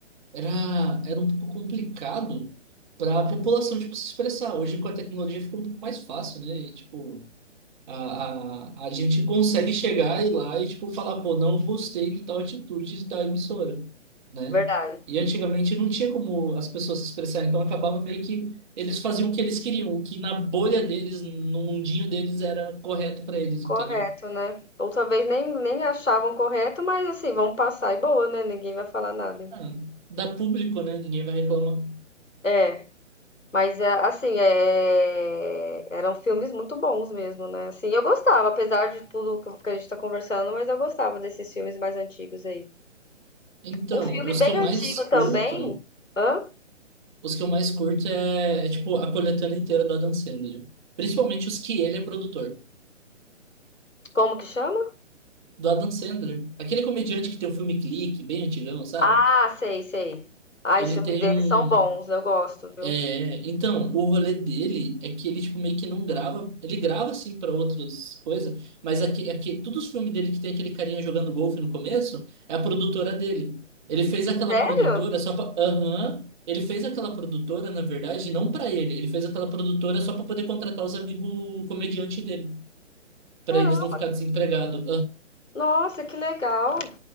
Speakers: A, on the right (about 40°); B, on the left (about 85°).
A: era, era um pouco complicado pra população tipo se expressar. Hoje com a tecnologia ficou um pouco mais fácil, né? E, tipo, A, a, a gente consegue chegar e lá e tipo falar, pô, não gostei de tal atitude de tal emissora, né?
B: Verdade.
A: E antigamente não tinha como as pessoas se expressar, então acabava meio que eles faziam o que eles queriam, o que na bolha deles, no mundinho deles era correto para eles,
B: Correto,
A: entendeu?
B: né? Outra vez nem, nem achavam correto, mas assim, vamos passar e boa, né? Ninguém vai falar nada.
A: Ah, dá público, né? Ninguém vai reclamar.
B: É, mas é, assim, é, eram filmes muito bons mesmo, né? Assim, eu gostava, apesar de tudo que que a gente tá conversando, mas eu gostava desses filmes mais antigos aí.
A: Então,
B: Um filme
A: os
B: bem
A: que eu
B: antigo
A: mais curto,
B: também, hã?
A: os que eu mais curto é, é tipo a coletânea inteira do Adam Sandler, principalmente os que ele é produtor.
B: Como que chama?
A: do Adam Sandler. Aquele comediante que tem o filme Clique, bem antigão, sabe?
B: Ah, sei, sei. Ah,
A: Ele
B: os filmes
A: tem
B: deles
A: um.
B: são bons, eu gosto, viu?
A: é, então, o rolê dele é que ele, tipo, meio que não grava. Ele grava, assim, para outras coisas, mas aqui, aqui, todos os filmes dele que tem aquele carinha jogando golfe no começo é a produtora dele. Ele fez aquela
B: Sério?
A: produtora só pra. Aham. Ele fez aquela produtora, na verdade, não pra ele. Ele fez aquela produtora só pra poder contratar os amigos comediantes dele. Pra
B: Caramba!
A: eles não ficar desempregados.
B: Nossa, que legal!